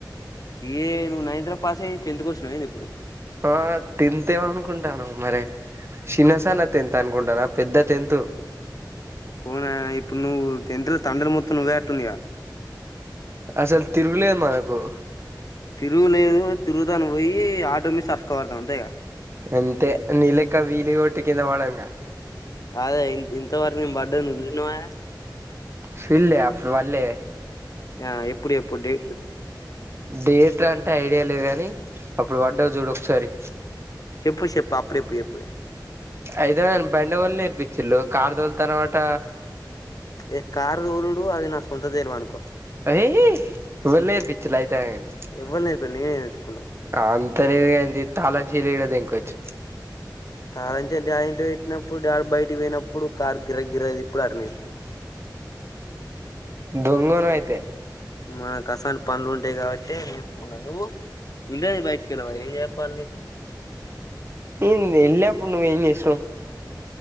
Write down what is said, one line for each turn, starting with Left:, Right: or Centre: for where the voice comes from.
Left: ఏ నువ్వు నైత్ లో పాస్ అయ్యి టెన్త్కి వచ్చినవెంది ఇప్పుడు
Right: ఆ టెన్త్ ఏం అనుకుంటాను మరి చిన్నసాన టెన్త్ అనుకుంటాన పెద్ద తెంతు
Left: ఉనా ఇప్పుడు నువ్వు టెన్త్లో తన్నులు మొత్తం నువ్వే అట్టుందిగా
Right: అసలు తిరుగులే మనకు
Left: తిరుగులేదు తిరుగుతాను పోయి ఆటో నీ సక్కబెడతాను అంతే ఇగ
Right: అంతే నీలెక్క వీలిగొట్టి కింద పడంగా
Left: అదే ఇం ఇంతవరకు మేం పడ్డది నువ్వు చుసినవావ
Right: సిల్లే అప్పుడు వళ్ళే
Left: ఆ ఎప్పుడు ఎప్పుడు డేట్లు
Right: డేట్ అంటే ఐడియా లేదు గానీ అప్పుడు పడ్డవు చూడు ఒకసారి
Left: ఎప్పుడు చెప్పు అప్పుడు ఎప్పుడు ఎప్పుడ్
Right: అయితే బండిగొని నేర్పించిల్లు కారుదోల్తను తనావట
Left: ఏ కారుదోలుడు అది నా సొంత తెలివనుకో
Right: ఏయ్ ఎవలు నేర్పించిళ్ళు అయితే గాని
Left: ఎవ్వరు నేర్పిలా నేనే నేర్సుకున్నా
Right: అంత లేదుఎంది తాళంచెవులు ఏడ దేంక్ వచ్చిన
Left: తాళంచెవులు యా ఇంట్లో పెట్టినప్పుడు డాడీ బయకి పోయినప్పుడు కారు గిర్ర గిర్రా తిప్పుడు అట్లా నేర్చుకున్న
Right: దొంగోనివి అయితే
Left: మన కసాని పనులు ఉంటాయి కాబట్టె నేర్చుకున్నా నువ్వు ఉండేది బయటకెళ్ళవ ఏం చెప్ప చెప్పాలి
Right: ఇన్ని వెళ్ళినపుడు నువేం చేసినవ్